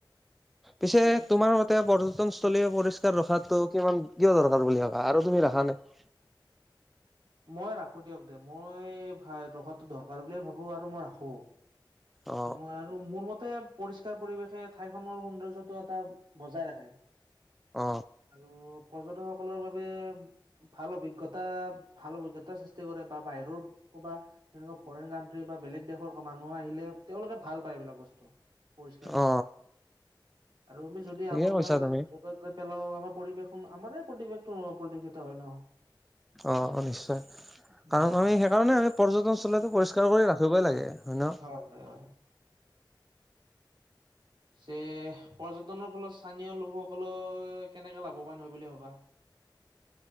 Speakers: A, in the centre; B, on the right.
A: পিছে তোমাৰ মতে পৰ্যটনস্থলী পৰিষ্কাৰ ৰখাটো কিমান কিয় দৰকাৰ বুলি ভাবা আৰু তুমি ৰখা নাই।
B: মই ৰাখো দিয়ক দে, মই ভা ৰখাতো দৰকাৰ বুলিয়ে ভাবো আৰু মই ৰাখো।
A: অ
B: মই আৰু মোৰ মতে পৰিষ্কাৰ পৰিৱেশে ঠাইখনৰ সৌন্দৰ্য্যটো এটা বজাই ৰাখে।
A: অ।
B: আৰু পৰ্যটকসকলৰ বাবে ভাল অভিজ্ঞতা, ভাল অভিজ্ঞতাৰ সৃষ্টি কৰে বা বাহিৰৰ কোনোবা তেনেকুৱা ফৰেইন কানট্ৰি বা বেলেগ দেশৰ মানুহ আহিলে তেওঁলোকে ভাল পায় এইবিলাক বস্তু পৰিষ্কাৰ - পৰিচ্ছন্ন।
A: অ
B: আৰু আমি যদি
A: ঠিকে
B: আৱৰ্জনাবিলাক
A: কৈছা তুমি
B: তই যে পেলাও আমাৰ পৰিৱেশন আমাৰে পৰিবেশটো প্ৰদূষিত হয় ন।
A: অ অ নিশ্চয়
B: উম,
A: কাৰণ আমি সে কাৰণে আমি পৰ্যটনস্থলীটো পৰিষ্কাৰ কৰি ৰাখিবই লাগে হয় ন।
B: হয় হয় হয়। যে পৰ্যটনৰ ফলত স্থানীয় লোকসকলৰ কেনেকে লাভৱান হয় বুলি ভাবা?